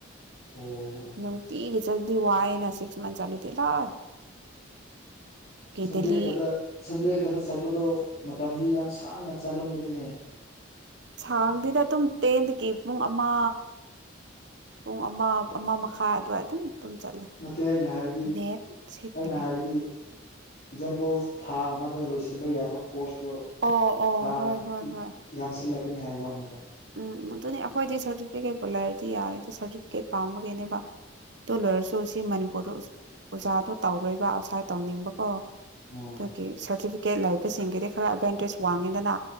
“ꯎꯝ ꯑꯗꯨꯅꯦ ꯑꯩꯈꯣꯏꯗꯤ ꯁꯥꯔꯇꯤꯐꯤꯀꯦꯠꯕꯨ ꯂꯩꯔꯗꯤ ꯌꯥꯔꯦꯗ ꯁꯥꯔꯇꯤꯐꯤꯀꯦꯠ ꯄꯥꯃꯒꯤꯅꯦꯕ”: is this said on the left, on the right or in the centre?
Right